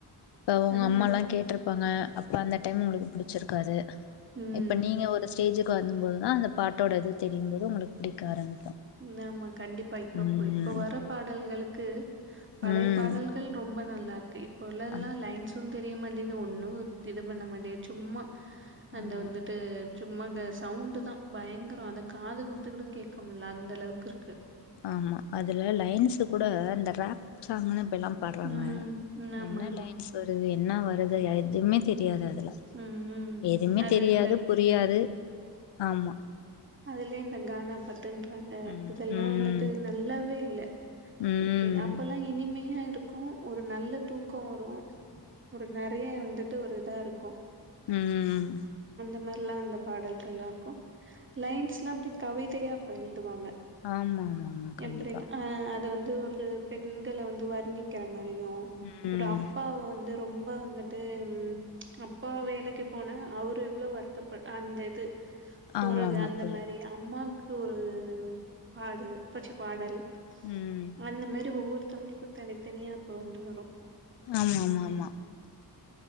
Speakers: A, on the left; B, on the right.
A: இப்ப உங்க
B: அதுவுன
A: அம்மாலா கேட்ருப்பாங்க அப்ப அந்த டைம் உங்களுக்கு பிடிச்சிருக்காது
B: ம்
A: இப்ப நீங்க ஒரு ஸ்டேஜுக்கு வரும்போதுதா அந்த பாட்டோட இது தெரியு போது உங்ளுக்கு புடிக்க ஆரம்பிக்கு
B: ம் ஆமா கண்டிப்பா இப்ப
A: ம்
B: போ இப்ப வர பாடல்களுக்கு பழைய
A: ம்
B: பாடல்கள் ரொம்ப நல்லா ருக்கு இப்ப உள்ளதெல்லா
A: ஆமா
B: லைன்ஸ்சு தெரிய மாட்டேது ஒன்னு இது பண்ண மாட்டேது சும்மா அது
A: ஆமா
B: வந்துட்டு சும்மா இந்த சவுண்டு் தா பயங்கரோ அத காது குடுத்துக் கூட கேக்க அந்த அளவுக்கு இருக்கு
A: ஆமா அதுல லைன்ஸ் கூட அந்த ரப் சாங்ன்னு இப்ப எல்லா படுறாங்க
B: ம் ம், ஆமா
A: என்ன
B: ஆமா
A: லைன்ஸ் வருது என்ன வருது எதுவுமே தெரி ரியாதுல
B: ம் ம்
A: எதுவுமே
B: அது
A: தெரியாது
B: இந்த
A: புரியாது ஆமா
B: அதுலே இந்த கானா பட்டுன்றாங்க
A: ம்
B: இதெல்லாம்
A: ம்
B: வந்துட்டு நல்லாவே இல்ல
A: ம்
B: ஒரு கே அப்பெல்லா இனிமையா இருக்கு ஒரு நல்ல தூக்கோ வரு ஒரு நெறைய வந்துட்டு ஒரு இதா இருக்கு
A: ம்ம்
B: ந்தமாரிலா அந்த பாடல்கள்லா இருக்கு லைன்ஸ்ல்லா அப்டியே கவிதையா பய எழுதுவாங்க
A: ஆமாமாமா கண்டிப்பா
B: எப்டின்னா அ அது வந்து ஒரு பெண்களை வந்து வர்ணிக்கிற மாரியு
A: ம்
B: ஒரு அப்பாவ வந்து ரொம்ப வந்துட்டு அப்பா வேலைக்கு போனா அவரு எவ்ளோ வருத்தப் அந்த இது
A: ஆமா
B: போறது
A: ஆமா
B: அந்த
A: புரி
B: மாரி அம்மாக்கு ஒரு பாடு பச்ச பாடல்
A: ம்
B: அந்த மாரி ஒவ்வொருத்தவங்களுக்கு தனித்தனியா அப்ப வந்து வரு
A: ஆமா ஆமா ஆமா